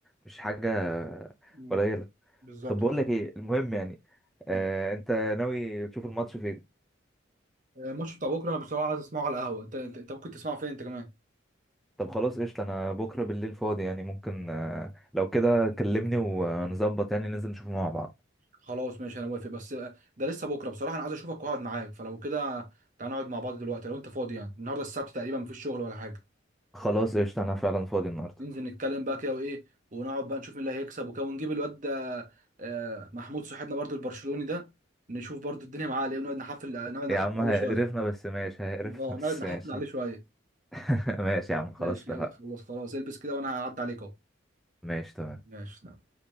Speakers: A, in the centre; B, on the right.
A: مش حاجه
B: أمم.
A: قليله
B: بالظبط
A: طب بقول
B: أيوة.
A: لك ايه المهم يعني
B: أيوة.
A: آه انت ناوي تشوف الماتش فين
B: الماتش بتاع بكره انا بصراحه عايز اسمعه على القهوه انت انت, انت ممكن تسمعه فين انت كمان
A: طب خلاص قشطه انا بكره بالليل فاضي يعني ممكن آه، لو كده كلمني ونظبط يعني ننزل نشوفه مع بعض
B: خلاص ماشي انا موافق بس ده لسه بكره بصراحه انا عايز اشوفك واقعد معاك فلو كده تعال نقعد مع بعض دلوقتي لو انت فاضي يعني النهارده السبت تقريبا مفيش شغل ولا حاجه
A: خلاص قشطة أنا فعلا فاضي النهاردة
B: ننزل نتكلم بقى كده وايه ونقعد بقى نشوف مين اللي هيكسب وكده ونجيب الواد ده آه، محمود صاحبنا برضو البرشلوني ده نشوف برضو الدنيه معاه على ايه ونقعد نحفل نقعد نحفل
A: يا عم
B: عليه
A: هيقرفنا
B: شويه
A: بس ماشي هيقرفنا
B: اه
A: بس
B: نقعد نحفل
A: ماشي
B: عليه شويه
A: <laughs> ماشي يا عم خلاص
B: ماشي
A: اتفقنا
B: يلا خلاص خلاص البس كده وانا هعدي عليك اهو
A: ماشي تمام
B: ماشي تمام.